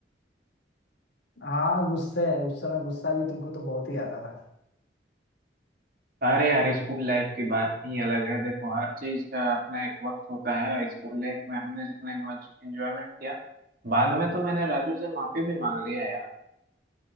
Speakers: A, on the left; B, on the right.
A: हाँ गुस्से है उस समय गुस्सा भी तुमको तो बहुत ही आता था
B: अरे यार स्कूल लाइफ की बात ही अलग है देखो हर चीज का अपना एक वक्त होता है और स्कूल लाइफ में हमने जितना एंजॉयमेंट किया बाद में तो मैंने राजू से माफी भी मांग लिया यार